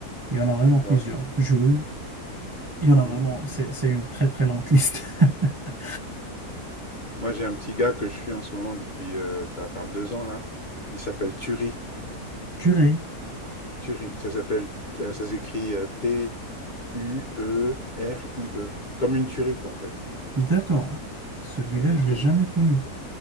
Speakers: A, on the right; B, on the left.
A: il y en a vraiment
B: d'accord.
A: plusieurs. Jul, il
B: mhm.
A: y en a vraiment, c'est c'est une très très longue liste. <laughs>
B: Moi, j'ai un petit gars que je suis en ce moment depuis, euh, ça va faire deux ans, là. Il s'appelle Turi.
A: Purée,
B: Turie. Ça s'appelle, euh, ça s'écrit euh, T-U-E-R-I-E. Comme une tuerie, quoi, en fait.
A: d'accord. Celui-là,
B: Et il est
A: je
B: trop
A: l'ai jamais
B: bien.
A: connu.